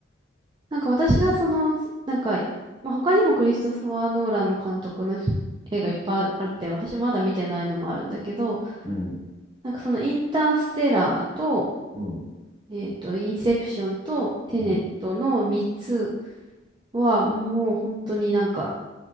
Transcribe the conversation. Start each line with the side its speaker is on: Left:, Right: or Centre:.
Right: なんか私がその、なんか、まあ、他にもクリストファー・ノーランの監督のし映画いっぱいあって、私まだ見てないのもあるんだけど、
Left: うん、
Right: なんかそのインターステラーと、
Left: うん、
Right: えっと、インセプションとテネットの3つ
Left: うん。
Right: はもう本当になんか、